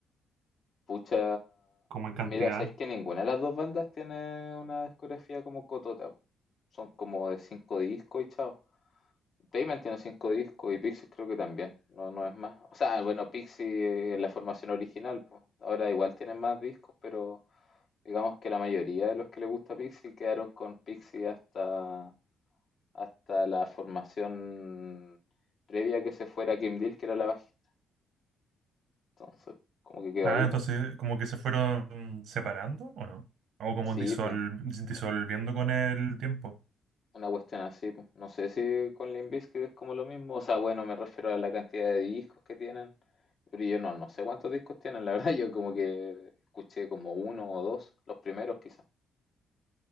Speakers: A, on the left; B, on the right.
A: Pucha,
B: Como en cantidad.
A: mira, sabéis que ninguna de las dos bandas tiene una discografía como Cotota. po. Son como de cinco discos y chao. Pavement tiene cinco discos y Pixies creo que también, no, no es más. O sea, bueno, Pixies en la formación original, pues. Ahora igual tienen más discos, pero digamos que la mayoría de los que les gusta Pixies quedaron con Pixies hasta hasta la formación previa a que se fuera Kim Deal, que era la bajista. Entonces, como que quedó
B: Ah,
A: ahí,
B: entonces
A: po.
B: como que se fueron separando o no? O como
A: Sí,
B: disol-
A: pues,
B: disolviendo con el tiempo.
A: una cuestión así, po. No sé si con Limp Bizkit es como lo mismo. O sea, bueno, me refiero a la cantidad de discos que tienen. Pero yo no, no sé cuántos discos tienen, la <laughs> verdad. Yo como que escuché como uno o dos, los primeros quizás.